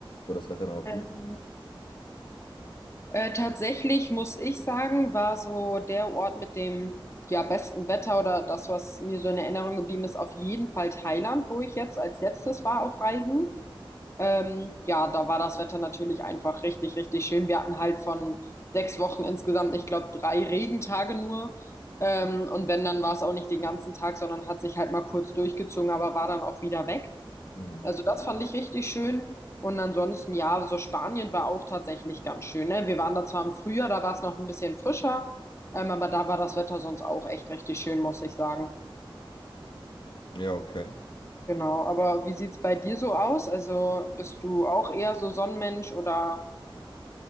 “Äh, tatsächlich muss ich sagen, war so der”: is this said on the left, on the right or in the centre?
Left